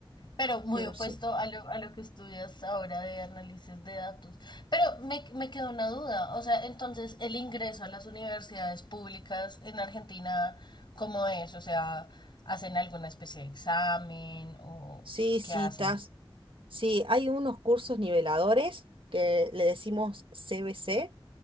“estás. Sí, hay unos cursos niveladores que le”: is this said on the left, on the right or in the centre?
Right